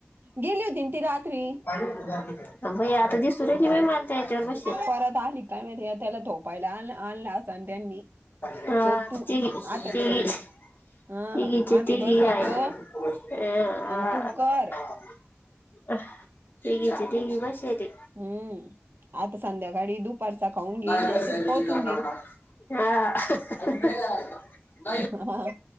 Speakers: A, on the right (about 60°); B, on the left (about 60°).
A: गेली होती ना ती रात्री.
B: <unintelligible> <unintelligible> बाई आता दिसू दे ती माल त्याच्यावर बसेल.
A: परत आली काय माहिती त्याला थोपायला आण आणला असन त्यांनी.
B: हा
A: झोप तू
B: तिचे
A: आता
B: <unintelligible>
A: हा
B: तिघीचे
A: आम्ही
B: तिघी
A: बसतो
B: आहे अ हा
A: आणि तू
B: <unintelligible>
A: कर
B: हां तिघीचे तिघी बसेल.
A: हम्म आता संध्याकाळी दुपारचा खाऊन घेईन
B: नाही <unintelligible>
A: आणि तिला पोहोचून देईन
B: हा. <unintelligible> च <unintelligible> <unintelligible>
A: हा